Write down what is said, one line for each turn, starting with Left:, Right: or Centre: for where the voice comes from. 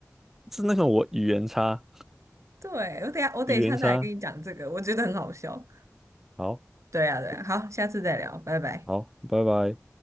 Centre: 是那个我语言差，
Right: 对，我等一下我等一下再来跟你讲这个，
Centre: 语言差。
Right: 我觉得很好笑。
Centre: 好，
Right: 对啊对啊，好，下次再聊，拜拜。
Centre: 好，拜拜。